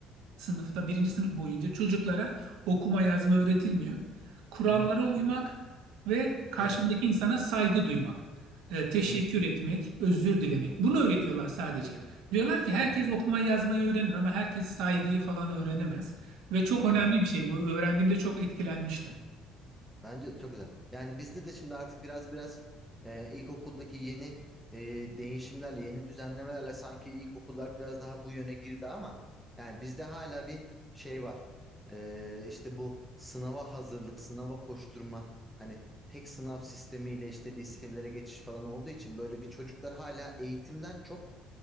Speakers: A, on the right; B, in the centre.
A: sınıfta, birinci sınıf boyunca çocuklara okuma yazma öğretilmiyor. Kurallara
B: Hı hı.
A: uymak ve karşındaki
B: Evet.
A: insana saygı duymak, e, teşekkür
B: Hı hı.
A: etmek, özür dilemek. Bunu öğretiyorlar sadece. Diyorlar ki herkes
B: Hı hı.
A: okumayı yazmayı öğrenir ama herkes saygıyı falan öğrenemez. Ve çok önemli
B: Evet.
A: bir şey bu. Öğrendiğimde çok etkilenmiştim.
B: Bence çok güzel. Yani bizde de şimdi artık biraz biraz e, ilkokuldaki yeni e, değişimlerle, yeni düzenlemelerle sanki ilkokullar biraz daha bu yöne girdi ama yani bizde hala bir şey var. E, işte bu sınava hazırlık, sınava koşturma, hani tek sınav sistemiyle işte liselere geçiş falan olduğu için böyle bir çocuklar hala eğitimden çok